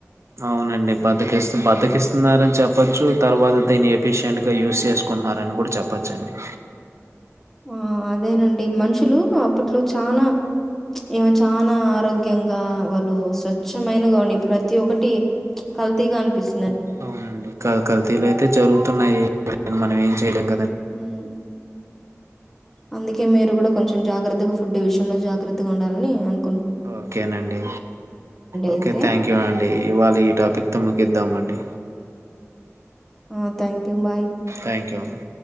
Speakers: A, on the right (about 65°); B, in the centre.
A: అవునండి బద్దకిస్ బద్దకిస్తున్నారని చెప్ ప్పోచ్చు తర్వాత దీన్ని ఎఫిషియంట్ గ యూస్ చేసుకుంటున్నారని కూడ చెప్పచ్చండి
B: ఆ అదేనండి మనుషులు అప్పట్లో చాన ఏమో చాన ఆరోగ్యంగా వాళ్ళు స్వచ్ఛమైనగా ఉనీ ప్రతి ఒక్కటి కల్తీగా అనిపిస్
A: అవునండి కల్ కల్తీలైతె జరుగుతున్నాయి మనం ఏంచె చేయలేం గ
B: మ్మ్ అందుకే మీరు గుడ కొంచెం జాగ్రత్తగా ఫుడ్ విషయంలో జాగ్రత్తగా ఉండాలని అన్
A: ఓకేనండి ఓకె
B: అయితే.
A: థ్యాంక్ యూ అండి ఇవాళ ఈ టాపిక్తో ముగిద్దాం అండి
B: ఆ thank you bye
A: thank you అండి